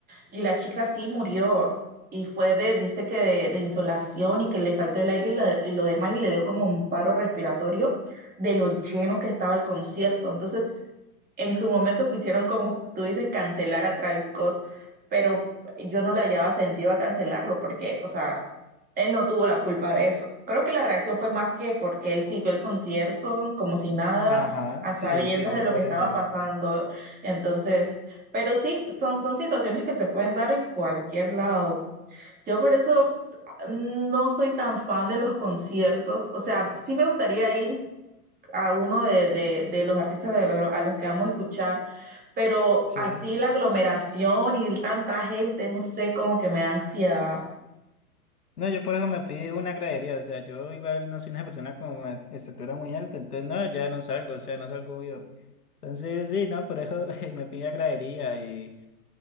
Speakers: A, on the right; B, on the left.
A: Y la chica sí murió y fue de, dice que de, de insolación y que le faltó el aire y, la- y lo demás y le dio como un paro respiratorio de lo lleno que estaba el concierto. Entonces, en su momento quisieron, como tú dices, cancelar a Travis Scott, pero yo no le hallaba sentido a cancelarlo porque, o sea, él no tuvo la culpa de eso. Creo que la reacción fue más que porque él siguió el concierto como si nada,
B: Ajá,
A: a sabiendas
B: sí, sí, fue
A: de lo
B: por
A: que estaba
B: eso,
A: pasando. Entonces... Pero sí, son, son situaciones que se pueden dar en cualquier lado. Yo por eso mm, no soy tan fan de los conciertos. O sea, sí me gustaría ir a uno de, de- de los artistas de la- a los que vamos a escuchar, pero
B: sí.
A: así la aglomeración y tanta gente, no sé, como que me da ansiedad.
B: No, yo por eso me fui de una gradería, o sea, yo igual no soy una persona con una estatura muy alta, entonces no, ya no salgo, o sea, no salgo yo. Entonces sí, no, por eso <laughs> me fui a gradería. eh,